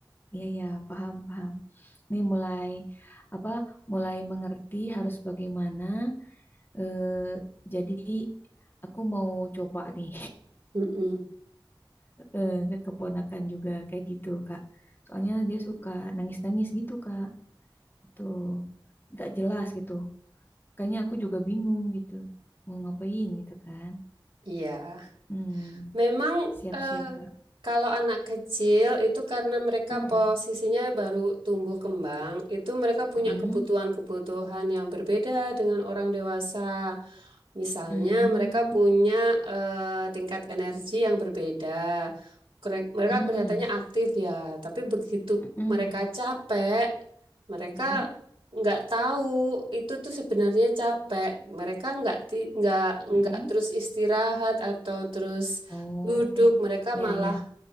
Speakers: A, on the left (about 25°); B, on the right (about 85°).
A: iya ya paham paham. nih mulai apa mulai mengerti harus bagaimana eh, jadi aku mau coba nih
B: Mm-mm.
A: <laughs> eh, ke keponakan juga kayak gitu Kak soalnya dia suka nangis-nangis gitu Kak itu nggak jelas gitu kayaknya aku juga bingung gitu mau ngapain gitu kan
B: Iya.
A: hmm
B: Memang
A: siap-siap
B: eh,
A: Kak
B: kalau anak kecil itu karena mereka
A: hmm
B: posisinya baru tumbuh kembang, itu mereka punya
A: hmm
B: kebutuhan-kebutuhan yang berbeda dengan orang dewasa. Misalnya
A: hmm
B: mereka punya eh, tingkat energi yang berbeda. Kere- Mereka
A: hmm,
B: kelihatannya aktif ya, tapi begitu
A: hmm. hmm.
B: mereka capek, mereka
A: ya
B: nggak tahu itu tuh sebenarnya capek. Mereka nggak ti- nggak
A: hmm.
B: nggak
A: hmm.
B: terus istirahat atau terus
A: oh
B: Duduk, mereka
A: ya
B: malah
A: ya